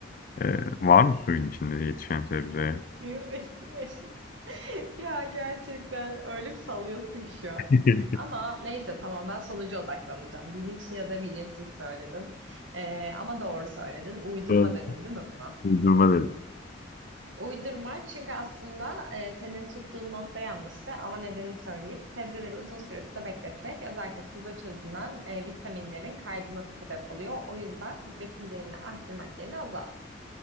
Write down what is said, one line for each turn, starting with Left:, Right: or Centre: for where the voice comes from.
Left: Ee, var mı suyun içinde yetişen sebzeye?
Right: Diyor besin <laughs> Ya gerçekten öyle bir sallıyorsun ki şu an.
Left: Biraz
Right: Ama neyse tamam ben sonuca odaklanacağım. Bilinçli ya da bilinçsiz söyledin. Ee, ama doğru söyledin. Uydurma
Left: <laughs>
Right: dedin değil mi buna?
Left: Uydurma dedim.
Right: Uydurma çünkü aslında e, senin tuttuğun nokta yanlıştı ama nedenini söyleyeyim. Sebzeleri uzun süre suda bekletmek özellikle suda çözünen e, vitaminlerin kaybına sebep oluyor. O yüzden besin değerini arttırmak yerine azalt.